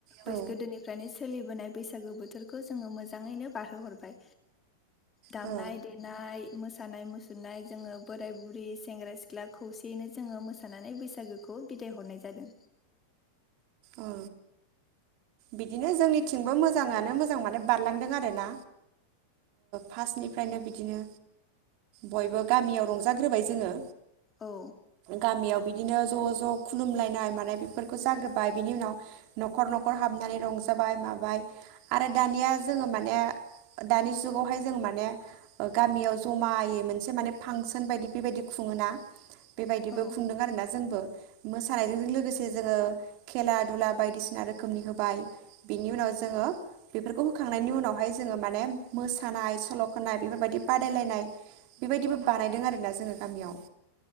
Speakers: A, on the right; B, on the left.
A: औ
B: बैसो गोदोनिफ्रायनो सोलिबोनाय बैसागो बोथोरखौ जोङो मोजाङैनो बारहो हरबाय। दामनाय
A: औ
B: देनाय। मोसानाय मुसुरनाय जोङो बोराय बुरै सेंग्रा सिख्ला खौसेयैनो जोङो मोसानानै बैसागो खौ बिदाय हरनाय जादों।
A: औ। बिदिनो जोंनिथिंबो मोजाङानो मोजां माने बारलांदों आरोना फार्स्टनिफ्रायनो बिदिनो बयबो गामियाव रंजाग्रोबाय जोङो।
B: औ
A: गामियाव। बिदिनो ज' ज' खुलुमलायनाय मानाय बेफोरखौ जाग्रोबाय बिनि उनाव न'खर न'खर नखर हाबनानै रंजाबाय माबाय आरो दानिया जोङो माने दानि जुगावहाय जों माने गामियाव जमायै मोनसे माने फांसन बायदि बेबायदि खुङोना। बेबायदिबो
B: औ
A: खुंदों आरोना जोंबो। मोसानायजों लोगोसे जोङो खेला दुला बायदिसिना रोखोम। रोखोमनि होबाय बिनि उनाव जोङो बेफोरखौ होखांनायनि उनावहाय जोङो माने मोसानाय सल' खाय बेफोर बायदि बादायलायनाय बेबायदिबो बानायदों आरोना जोङो गामियाव।